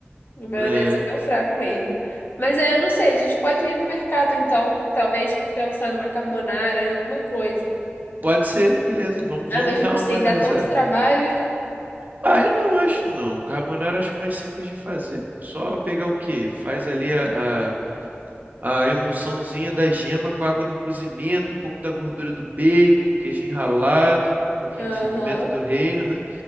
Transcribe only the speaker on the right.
É,
pode ser, beleza, vamos,
vamos
dar
uma analisada.
Ah, eu não acho, não. Carbonara eu acho mais simples de fazer. pô. Só pegar o quê? Faz ali a... a- a emulsãozinha da gema com a água do cozimento, um pouco da gordura do bacon, queijo ralado, um pouquinho
de pimenta do reino, né?